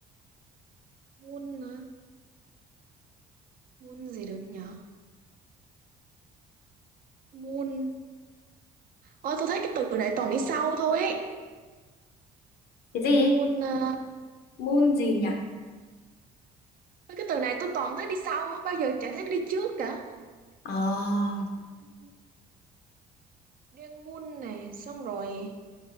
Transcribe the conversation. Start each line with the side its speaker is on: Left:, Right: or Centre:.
Right: Muôn hả? Muôn gì được nhở? Muôn Ôi, tôi thấy cái từ này toàn đi sau thôi ấy.
Left: Cái gì?
Right: Môn à,
Left: mun gì nhỉ?
Right: cái từ này tôi toàn thấy đi sau không bao giờ chả thấy nó đi trước cả
Left: Ờ,
Right: Môn- đen môn này xong rồi